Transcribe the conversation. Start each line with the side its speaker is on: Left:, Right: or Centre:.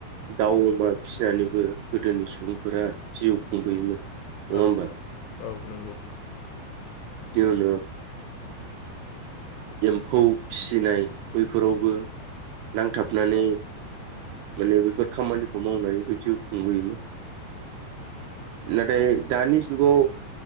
Right: दाउ अमा फिसिनानैबो गोदोनि सुबुंफोरा जिउ खुंबोयोमोन नङा
Left: औ-औ
Right: होमबा
Left: औ नंगौ
Right: दोनो एम्फौ फिसिनाय बैफोरावबो नांथाबनानै माने बेफोर खामानिखौ मावनानैबो जिउ खुंबोयोमोन नाथाय दानि जुगाव